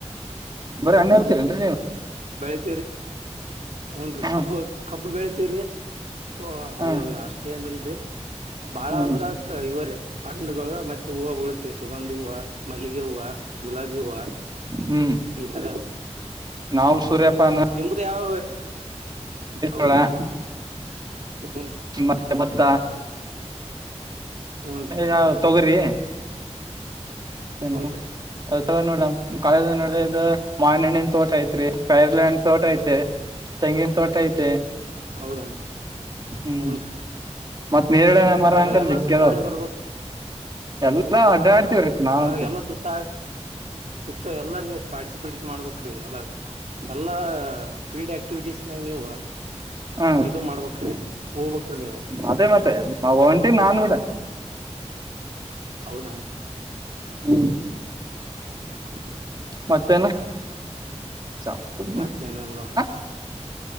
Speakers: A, on the right; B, on the right.
A: ಬರೀ ಹಣ್ಣು ಹೇಳ್ತೀರನ್ರಿ ನೀವು
B: ವ್ರಿ ಹನ್ರಿ
A: ಹ
B: ಕಬ್ಬ ಕಬ್ಬು ಬೆಳತಿೀವ್ರಿ ಓ
A: ಹ
B: ಅವರು ಅಷ್ಟೇ ಏನಿಲ್ರಿ ಬಾಳ
A: ಹ್ಮ್
B: ಅಂದ್ರ ಇವರ ಹಣ್ಣುಗಳು ಮತ್ತೆ ಹೂವು ಬಳಿತೆ ಸುಗಂಧಿ ಹೂವು ಮಲ್ಲಿಗೆ ಹೂವು ಗುಲಾಬಿ ಹ
A: ಹ್ಮ್
B: ಈಥರ
A: ನಾವು ಸೂರ್ಯಪಾನ
B: ಯಾವ ಹೌದನ್ರಿ
A: ೋಳ
B: ಹೂನ್ರಿ
A: ಮತ್ತೆ ಭತ್ತ
B: ಹೂನ್ರಿ
A: ಯಾವ ತೊಗರಿ ಏನು
B: ಹೂನ್ರಿ
A: ನೋಡ ಕಾಲೇಜ ನೋಡ ಇದು ಮಾವಿನ ಹಣ್ಣಿನ ತೋಟ ಐತ್ರಿ ಪೈರ್ಲ್ಂಡ್ ತೋಟ ಐತಿ. ತೆಂಗಿನ ತೋಟ ಐತೆ.
B: ಹೌದನ್ರಿ
A: ಹ್ಮ್
B: ಹುನ್ರೀ
A: ಮತ್ ನೇರಳೆ ಮರ
B: ಆದದ್ರಾಗ
A: ಅಂಕರ್
B: ಎಲ್ಲಾ
A: ಜಗ್ಗಿ
B: ಸುತ್ತಾಡಿ
A: ಅದಾವ
B: ಬರ್ಬೇಕು
A: ಎಲ್ಲಾ ಅಡ್ಡಾಡ್ತೇವ್ರೀ ನಾವ್
B: ಅದ್ರಾಗ
A: ಅಂತ
B: ಎಲ್ಲಾ ಸುತ್ತಾಡ ಸುತ್ತ ಎಲ್ಲಾ ನೀವು ಪಾರ್ಟಿಸಿಪೇಟ್ನ್ ಮಾಡ್ಬೇಕ್ರಿ ಎಲ್ಲಾ ಎಲ್ಲಾ ಫೀಲ್ಡ್ ಆಕ್ಟಿವಿಟೀಸ್ನಾಗ ನೀವು
A: ಹ
B: ಇದು ಮಾಡ್ಬೇಕ್ರಿ ಹೋಗ್ಬೇಕ್ರಿ ನೀವು
A: ಅದೇ ಮತ್ತೆ ಮಾ ಒಂಟಿ ನಾನ ಕೂಡ
B: ಹೌದನ್ರಿ
A: ಹ್ಮ
B: <unintelligible>
A: ಮತ್ತೇನ ಚಪ್ಪ
B: ಮತ್ತೇನಿಲ್ಲ ನೋಡ್ರಿ
A: <unintelligible>